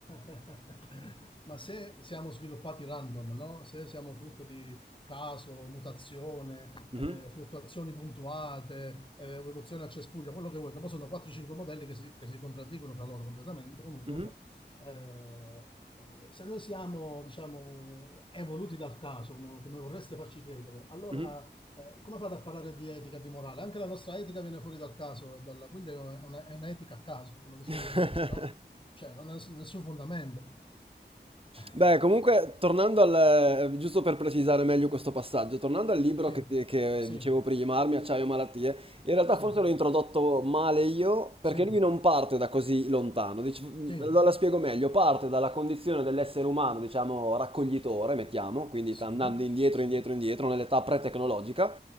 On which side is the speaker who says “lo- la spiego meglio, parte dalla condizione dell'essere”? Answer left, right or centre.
Right